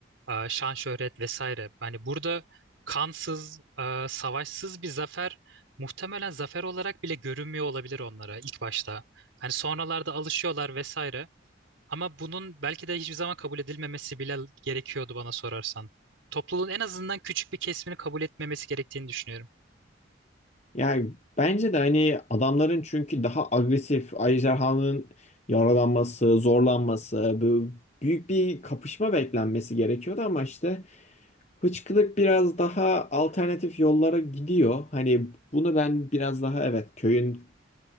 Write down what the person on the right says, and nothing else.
e, şan şöhret vesaire. Hani burada kansız, e, savaşsız bir zafer muhtemelen zafer olarak bile görünmüyor olabilir onlara ilk başta. Hani sonralarda alışıyorlar vesaire. Ama bunun belki de hiçbir zaman kabul edilmemesi bile gerekiyordu bana sorarsan. Topluluğun en azından küçük bir kesimini kabul etmemesi gerektiğini düşünüyorum.